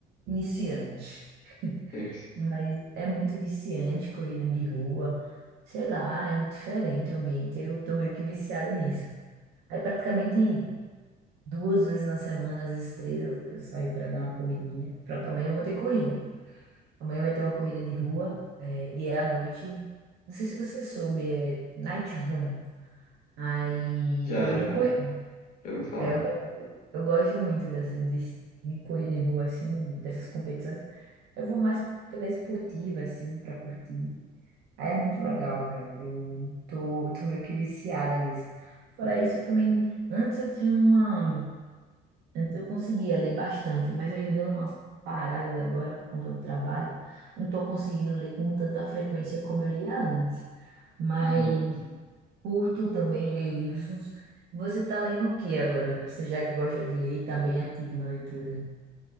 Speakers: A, on the right; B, on the left.
A: iniciante.
B: Vocês-
A: Mas é muito viciante corrida de rua. Sei lá, é muito diferente o ambiente. Eu tô meio que viciada nisso. Aí praticamente duas vezes na semana, às vezes três, eu, eu saio para dar uma corridinha. Pronto, amanhã eu vou ter corrida. Amanhã vai ter uma corrida de rua, é, e é à noite. Não sei se você soube, é Night Run. Aí,
B: Já,
A: aí eu
B: já,
A: vou correr.
B: já ouvi falar.
A: Aí eu, eu gosto muito dessa, de, de correr de rua, assim, dessas competições. Eu vou mais pela esportiva, assim, pra curtir. Aí é muito legal, cara. Eu tô, tô meio que viciada nisso. Fora isso, eu também. Antes eu tinha uma. Antes eu conseguia ler bastante, mas aí eu dei umas paradas agora por conta do trabalho. Não estou conseguindo ler com tanta frequência como eu lia antes. Mas
B: Hum.
A: curto também ler livros. Você está lendo o que agora? Você já que gosta de ler e está bem ativo na leitura.